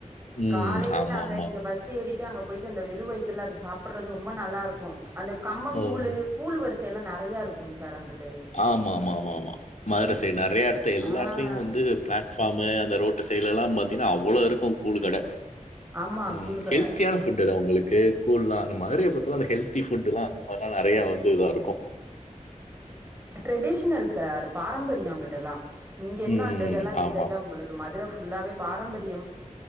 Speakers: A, on the left (about 65°); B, on the right (about 15°).
A: ம்.
B: காலையில
A: ஆமாமா.
B: நாங்க இங்க பஸ் ஏறிட்டு அங்க போயிட்டு அந்த வெறு வயித்துல அத சாப்பிட்றது ரொம்ப நல்லா இருக்கு அந்த கம்ம
A: ஓ!
B: கூழ் கூழ் வரிசை எல்லா நெறயா இருக்குங்க சார் அங்கிட்
A: ஆமா ஆமா ஆமா ஆமா மதுர சைட் நெறயா எடத்து எல்லா
B: ஆ
A: எத்தலையு வந்து பிளாட் ஃபாமு அந்த ரோட்டு சைட்ல எல்லா பாத்தீங்கனா அவ்ளோ இருக்கு கூழ் கட
B: ஆமா
A: ம்
B: கூழுக்கட
A: ஹெல்த்தியான ஃபுட்டுலா உங்களுக் கேக்கும்ல அந்த மாதிரி பாத்தினா அந்த ஹெல்த்தி ஃபுட்டுலா அந்த மாரிலா நெறய வந்து இதா இருக்கோ
B: ட்ரெடிஷ்னல் சார் பாரம்பரிய அங்குட் டல்லா இங்க என்ன
A: ம்.
B: அந்த இதெல்லா இங்க
A: ஆமா.
B: இல்ல உங்களுக்கு மதுர ஃபுல்லாவே பாரம்பரியம்